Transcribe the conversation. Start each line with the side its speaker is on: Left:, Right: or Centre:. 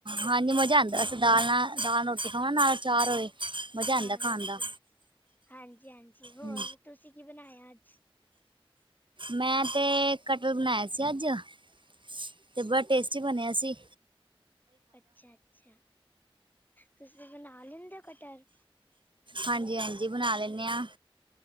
Right: ਹਾਂਜੀ ਮਜਾ ਆਦਾ ਅਸੇ ਦਾਲ ਨਾਲ ਦਾਲ ਰੋਟੀ ਖਾਣਾ ਨਾਲ ਚਾਰ ਹੋਏ। ਮਜ਼ਾ ਆਉਂਦਾ
Left: ਹਾਂ,
Right: ਖਾਣ
Left: ਹਾਂਜੀ-ਹਾਂਜੀ-ਹਾਂਜੀ
Right: ਦਾ
Left: ਹੋਰ
Right: ਹਮ,
Left: ਤੁਸੀਂ ਕੀ ਬਣਾਇਆ ਅੱਜ?
Right: ਮੈਂ ਤੇ ਕਟਰਲ ਬਣਾਇਆ ਸੀ ਅੱਜ, ਅਤੇ ਬੜਾ ਟੇਸਟੀ ਬਣਿਆ ਸੀਂ।
Left: ਅੱਛਾ ਅੱਛਾ ਤੁਸੀਂ ਬਣਾ ਲੈਂਦੇ ਕਟਰ,
Right: ਹਾਂਜੀ ਹਾਂਜੀ ਬਣਾ ਲੈਂਦੇ ਹਾਂ।